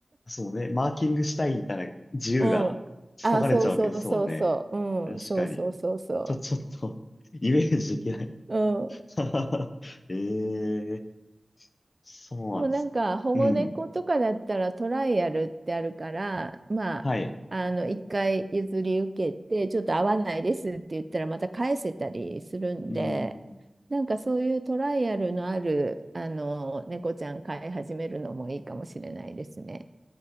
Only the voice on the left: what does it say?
そうね。マーキングしたいみたいな自由がそがれちゃうわけですもんね。
確かに。
ちょ、ちょっと <laughs> イメージできない
<laughs> ええそうなんです。
うん。
はい。
うん。